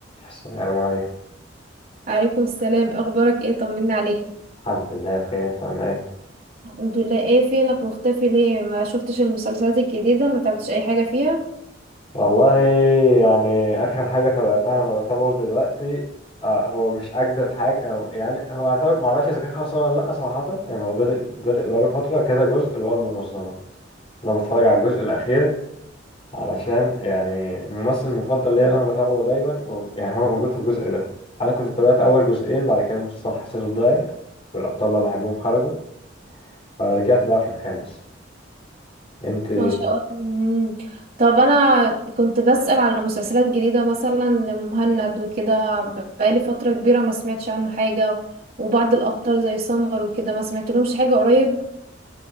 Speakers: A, on the left; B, on the right.
A: السلام عليكم
B: عليكم السلام إيه اخبارك ايه طمنا عليك
A: الحمد لله بخير انت عامل ايه
B: الحمد لله ايه فينك مختفي ليه ما شفتش المسلسلات الجديدة ما تعبتش اي حاجة فيها
A: والله يعني اخر حاجه تابعتها وانا بتابعه دلوقتي آه هو مش اجدد حاجه أو يعني هو اعتبر معرفش اذا كان خلصان ولا لا صراحه يعني هو بدأ بدأ بقاله فتره كذا جزء اللي هو المنظمه انا بتفرج على الجزء الاخير علشان يعني الممثل المفضل ليا اللي انا بتابعه دايما مو- يعني هو موجود في الجزء ده انا كنت تابعت اول جزئين بعد كده المسلسل حسيته ضعيف والابطال اللي بحبهم خرجوا فرجعت بقى في الخامس انت
B: ما شاء الله مم. طب انا كنت بسأل على مسلسلات جديدة مثلا لمهند وكده بقالي فترة كبيرة ما سمعتش عنه حاجة وبعض الابطال زي سمر وكده ما سمعتلهمش حاجة قريب